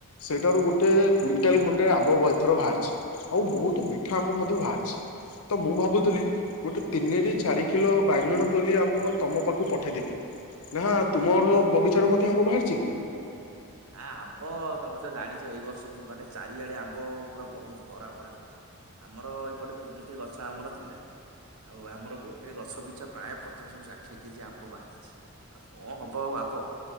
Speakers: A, on the left; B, on the right.
A: ସେଇଠାରୁ ଗୋଟେ କୁଇଣ୍ଟାଲ ଖଣ୍ଡେ ଆମ୍ବ ଏଥର ବାହାରିଛି। ଆଉ ବହୁତ ମିଠା ଆମ୍ବ ମଧ୍ୟ ବାହାରିଛି ତ ମୁଁ ଭାବୁଥିଲି ଗୋଟେ ତିନିରେ ଚାରି କିଲୋ ବାଇଗଣ ପଲି ଆମ ତମ ପାଖକୁ ପଠେଇଦେବି। ନା ତୁମର ବଗିଚାରୁ ମଧ୍ୟ ଆମ୍ବ ବାହାରିଚି କି?
B: ଆ ଆମ୍ବ ତମେ ତ ଜାଣିଚ ଏଇ ବର୍ଷ ମାନେ ଚାରିଆଡେ ଆମ୍ବ ପୁରା ବହୁତ ଭରା ଭରା ହୋଇଚି। ଆମର ଏଇପଟେ ତିନୋଟି ଗଛ ଆମର ଥିଲା। ଆଉ ଆମର ଗୋଟେ ଗଛ ପିଛା ପ୍ରାୟ ପଚାଶରୁୁ ଷାଠିଏ କେଜି ଆମ୍ବ ବାହାରିଛି। ଆଉ କଣ ହବ ଆଉ ଆମ୍ବ